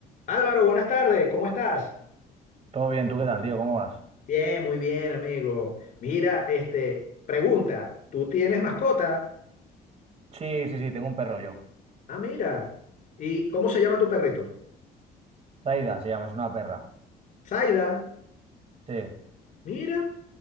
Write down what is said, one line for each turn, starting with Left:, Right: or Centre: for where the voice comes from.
Left: Álvaro, buenas tardes, ¿cómo estás?
Right: Todo bien, ¿tú qué tal, tío? ¿Cómo vas?
Left: Bien, muy bien, amigo. Mira, este, pregunta, ¿tú tienes mascota?
Right: Sí, sí, sí, tengo un perro yo.
Left: Ah, mira. ¿Y cómo se llama tu perrito?
Right: Zaida se llama, es una perra.
Left: Zaida.
Right: Sí,
Left: Mira,